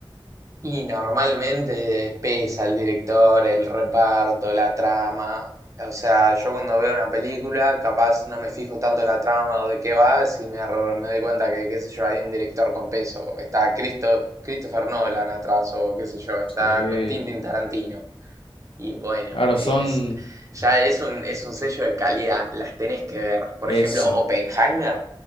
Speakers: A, on the right; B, on the left.
A: Y normalmente pesa el director, el reparto, la trama. O sea, yo cuando veo una película, capaz no me fijo tanto la trama o de qué va, si me, ar- me doy cuenta que, qué sé yo, hay un director con peso. Está Christo- Christopher Nolan atrás, o qué sé yo, está
B: Sí,
A: Quentin Tarantino. Y bueno,
B: claro,
A: es,
B: son
A: ya es un, es un sello de calidad, las tenés que ver. Por
B: eso.
A: ejemplo, Oppenheimer,